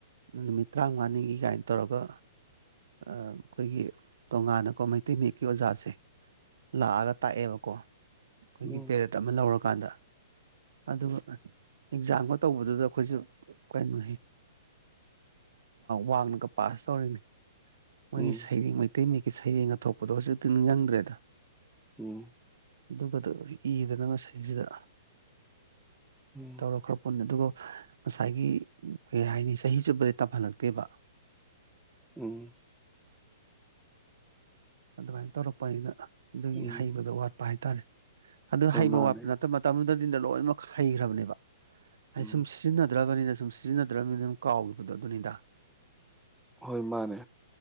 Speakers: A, on the right; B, in the centre.
A: ꯅꯨꯃꯤꯠ ꯇꯔꯥꯃꯉꯥꯅꯤꯒꯤ ꯀꯥꯏꯅ ꯇꯧꯔꯒ ꯑꯩꯈꯣꯏꯒꯤ ꯇꯣꯉꯥꯟꯅꯀꯣ ꯃꯩꯇꯩ ꯃꯌꯦꯛꯀꯤ ꯑꯣꯖꯥꯁꯦ ꯂꯥꯛꯑꯒ ꯇꯥꯛꯑꯦꯕꯀꯣ ꯑꯩꯈꯣꯏꯒꯤ
B: ꯎꯝ
A: ꯄꯦꯔꯦꯠ ꯑꯃ ꯂꯧꯔꯀꯥꯟꯗ ꯑꯗꯨꯒ ꯑꯦꯛꯖꯥꯝꯒ ꯇꯧꯕꯗꯨꯗ ꯑꯩꯈꯣꯏꯁꯨ ꯀꯩꯅꯣ ꯋꯥꯡꯉꯒ ꯄꯥꯁ ꯇꯧꯔꯤꯅꯤ ꯃꯣꯏꯒꯤ
B: ꯎꯝ
A: ꯁꯩꯔꯦꯡ ꯃꯩꯇꯩ ꯁꯌꯦꯦꯡ ꯑ ꯊꯣꯛꯄꯗꯣ ꯍꯧꯖꯤꯛꯇꯤ ꯅꯤꯡ ꯆꯪꯗ꯭ꯔꯦꯗ
B: ꯎꯝ
A: ꯑꯗꯨꯒꯗꯣ ꯏꯗꯅꯁꯁꯤꯗ
B: ꯎꯝ
A: ꯇꯧ ꯑꯗꯨꯒ ꯉꯁꯥꯏꯒꯤ ꯀꯩ ꯍꯥꯏꯅꯤ ꯆꯍꯤ ꯆꯨꯞꯄꯗꯤ ꯇꯝꯍꯜꯂꯛꯇꯦꯕ
B: ꯎꯝ
A: ꯑꯗꯨꯃꯥꯏꯅ ꯇꯧꯔꯛꯄ ꯑꯩꯅ ꯑꯗꯨꯒꯤ
B: ꯎꯝ
A: ꯍꯩꯕꯗ ꯋꯥꯠ ꯄ ꯍꯥꯏꯇꯥꯔꯦ ꯑꯗꯨ
B: ꯍꯣꯏ
A: ꯍꯩꯕ
B: ꯃꯥꯅꯦ
A: ꯋꯥꯠꯄ ꯅꯠꯇ ꯃꯇꯝꯗꯨꯗ ꯑꯗꯨꯗ ꯂꯣꯏꯅꯃꯛ ꯍꯩꯈ꯭ꯔꯕꯅꯦꯕ
B: ꯎꯝ
A: ꯑꯁꯨꯝ ꯁꯤꯖꯤꯟꯅꯗ꯭ꯔꯥꯕꯅꯤꯅ ꯁꯁꯨꯝ ꯁꯤꯖꯤꯟꯅꯗ꯭ꯔꯕꯅꯤꯅ ꯑꯗꯨꯝ ꯀꯥꯎꯈꯤꯕꯗꯣ ꯑꯗꯨꯅꯤꯗ
B: ꯍꯣꯏ ꯃꯥꯅꯦ